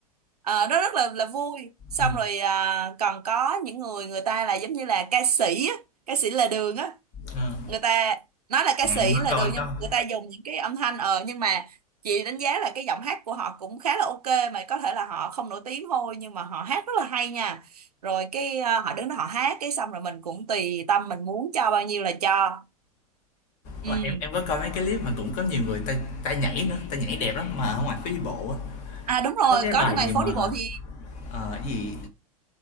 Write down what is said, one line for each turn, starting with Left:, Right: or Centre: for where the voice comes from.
Right: ờ, nó rất là là vui xong
Left: ừ.
Right: rồi à, còn có những người người ta là giống như là ca sĩ á, ca sĩ là đường á
Left: ờ.
Right: người ta nói là ca sĩ
Left: em
Right: là
Left: có
Right: đường
Left: coi
Right: nhưng
Left: có
Right: người ta dùng những cái âm thanh ờ nhưng mà chị đánh giá là cái giọng hát của họ cũng khá là ok mà có thể là họ không nổi tiếng thôi nhưng mà họ hát rất là hay nha rồi cái à, họ đứng đó họ hát cái xong rồi mình cũng tùy tâm mình muốn cho bao nhiêu là cho ừ
Left: mà em em có coi mấy cái clip mà cũng có nhiều người ta ta nhảy nữa ta nhảy đẹp lắm mà ở ngoài phố đi bộ á
Right: à đúng rồi
Left: nó có cái
Right: có
Left: bài
Right: nơi này
Left: gì mà
Right: phố đi bộ thì
Left: Ờ, cái gì